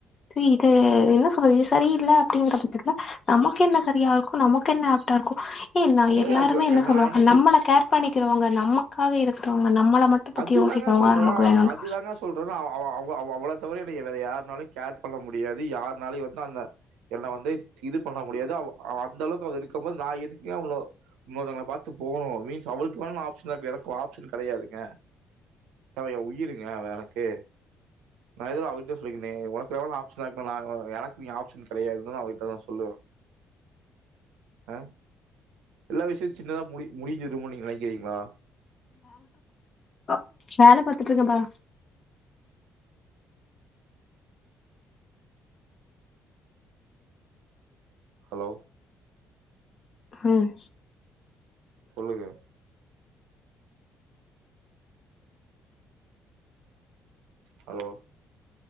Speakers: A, on the left; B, on the right.
A: சரி இது என்ன சொல்றது இது சரியில்ல அப்டிங்கிற பட்சத்துல நமக்கு என்ன சரியா இருக்கோ நமக்கு என்ன ஆப்டா இருக்கோ <unintelligible>
B: ஏங்க
A: எல்லாருமே
B: எனக்கு
A: என்ன சொல்லுவாங்க
B: நான் சொல்
A: நம்மள கேர் பண்ணிக்கிறவங்க நமக்காக இருக்றவங்க நம்மள மட்டு பத்தி
B: அதுதான
A: யோசிக்கிறவங்கதா
B: சொல்றே
A: நமக்கு வேணுனு
B: அதுதான சொல்றேன்ன அவ அவ அவ அவ அவ பாத்த மாரி நீங்க வேற யாருனால்யு கேர் பண்ண முடியாது யாருனால்யு வந்து அந்த என்ன வந்து டேட் இது பண்ண முடியாது அவ அவ அந்த அளவுக்கு அவ இருக்கும் போது நா எதுக்குங் அவ்ளோ இன்னோர்தங்ள பாத்து போனு மீன்ஸ் அவளுக்கு வேனா நா ஆப்ஷனா இருப்ப எனக் அவ ஆப்ஷன் கெடையாதுங்க அவ எ உயிருங்க அவ எனக்கு நா இதுவு அவிட்டே சொல்லிக்னே உனக் வேனா நா ஆப்ஃஷ்னா <unintelligible> எனக்கு நீ ஆப்ஷன் கெடையாது தா அவகிட்ட நா சொல்லுவ அ எல்லா விஷ்யு சின்னதா முடி முடிஞ்சிருமோ நீங்க நெனைக்கிறீங்களா
A: <unintelligible> த பாத்துட்டுருக்கேன்ப்பா
B: ஹலோ
A: ம்
B: சொல்லுங்க ஹலோ